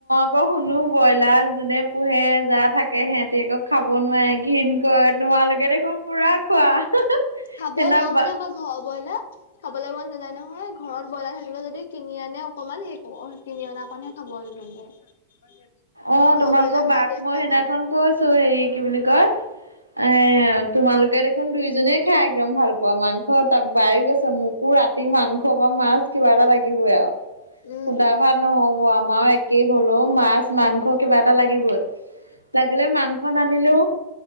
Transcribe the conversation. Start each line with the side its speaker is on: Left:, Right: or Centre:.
Right: আকৌ শুনো ব্ৰইলাৰ যোনে পোহে যা থাক- কে হেঁতে ক খাব নোৱাৰে ঘিণ কয় তোমালোকে দেখোন পুৰা- খোৱা
Left: খাব
Right: সেইদিনা
Left: নোৱাৰো
Right: বা
Left: মানে ময় ঘ বইলা। খাবলে মন নাযায় নহয়, ঘৰত ব্ৰইলাৰ থাকিলে যদি কিনি আনে অকমান সেই- কিনি অনাকণহে খাব আৰু মন যায়।
Right: অঁ
Left: ঘৰৰ
Right: তোমালোকৰ
Left: ব্ৰইলাৰ
Right: বাক
Left: খাই টেষ্ট
Right: মই
Left: নাপাওঁ
Right: সেইদিনাখন কৈছো হেৰি কি বুলি কয়? এঁ তোমালোকে দেখোন দুয়োজনে খাই একদম ভাল পোৱা মাংস তাক বায়ে কৈছে মোকো ৰাত- তি মাংস বা মাছ কিবা এটা লাগিবই আৰু।
Left: উম
Right: সুদা ভাত নহব, আমাৰো একেই হ'ল ও মাছ- মাংস কিবা এটা লাগিবই, লাগিলে মাংস নানিলেও-